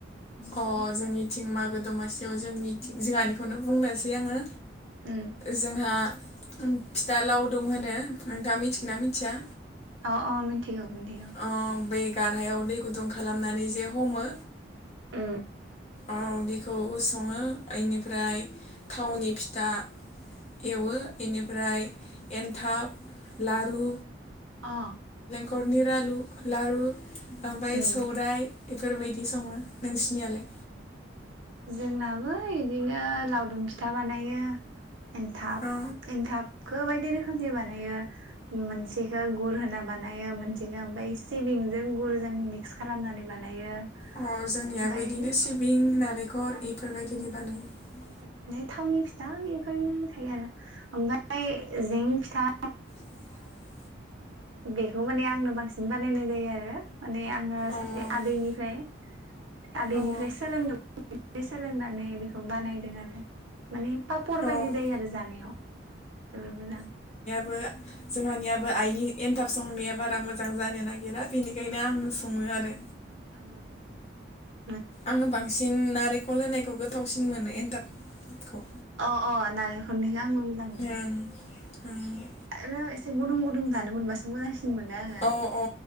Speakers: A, on the left (about 35°); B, on the right (about 85°).
A: अ जोंनि थिं मागो दमासियाव जोंनि जिहानिखौनो बुंनोसै आङो
B: उम
A: जोंहा फिथा लाव दं होनो दा मिथिगोन ना मिथिया
B: अ अ मिनथिगौ मिनथिगौ।
A: अ बै गारहायाव दै गुदुं खालामनानै जे हमो
B: ओ
A: औ बेखौबो सङो इनिफ्राय थावनि फिथा एवो बेनिफ्राय एनथाब लारु
B: आ
A: नखरनि लाालु लारु ओमफ्राय
B: अ
A: सौरायाइ बेफोरबायदि सङो नोंसिनियालाय
B: जोंनाबो बिदिनो लावदुम फिथा बानायो एन्थाब
A: अ
B: एन्थाबखौ बायदि रोखोमनि बानायो मोनसेखौो गुर होना बानायो मोनसेखौ ओमफ्राय सिबिंजों गुरजों मिक्स खालामनानै बानायो
A: अ जोंनियाबो
B: ओमफाय
A: इदिनो सिबिं नालेंखर बेफोरबायदिनि बानायो
B: फ्राय थावनि फिथा बेफोरनो थायो आरो ओमफ्राय जें फिथा
A: <inaudible>
B: बेखौ माने आंनो बांसिन बानायनाय जायो आरो। माने आङो सासे
A: अ
B: आदैनिफ्राय आदैनिफ्राय
A: अ
B: सोलोंनो सोलोंनानै बेखौ बानायदों आरो। माने पापर
A: अ
B: बायदि जायो आरो जानायाव जबोर मोजां।
A: जों आइनि एनथाब संनाया बारा मोजां जानो नागिरा बेनिखायनो आंनो सङो आरो
B: अ
A: आङो बांसिन नारेंखल होनायखौ गोथावसिन मोनो एन्थाबखौ
B: अ अ नारेंखनि गा म मोजां मोनो
A: ओं ओं
B: आरो एसे गुदुं गुदुं जानो मोनबासो मोजांसि मोनो आङो
A: औ औ